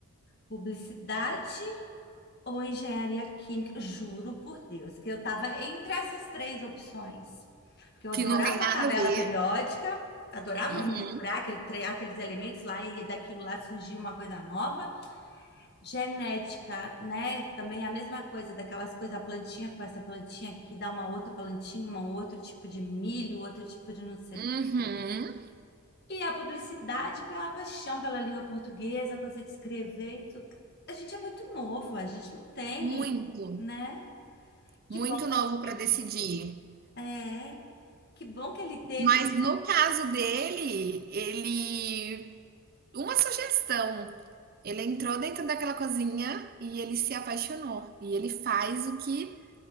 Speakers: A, on the left (about 45°); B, on the right (about 40°).
A: publicidade ou engenharia química. Juro por Deus, que eu tava entre essas três opções. Porque eu adorava
B: Que não tem nada
A: a tabela
B: a ver.
A: periódica, adorava
B: Uhum.
A: misturar aquele, tre- aqueles elementos lá e daquilo lá surgiu uma coisa nova. Genética, né? Também é a mesma coisa, daquelas coisas, a plantinha com essa plantinha aqui dá uma outra plantinha, um outro tipo de milho, outro tipo de não sei
B: Uhum.
A: E a publicidade pela paixão pela língua portuguesa, coisa de escrever e tudo. A gente é muito novo, a gente não tem,
B: Muito,
A: né? Que
B: muito
A: bom
B: novo
A: que
B: para
A: ele
B: decidir.
A: é, que bom que ele teve.
B: Mas no caso dele, ele Uma sugestão. Ele entrou dentro daquela cozinha e ele se apaixonou. E ele faz o que